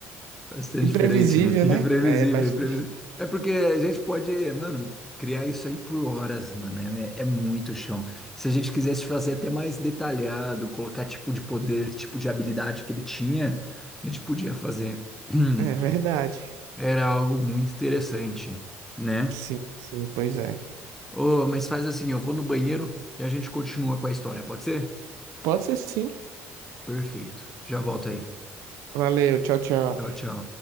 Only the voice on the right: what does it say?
Imprevisível,
né? É bastante.
É verdade.
Sim, sim, pois é.
Pode ser sim.
Valeu, tchau, tchau.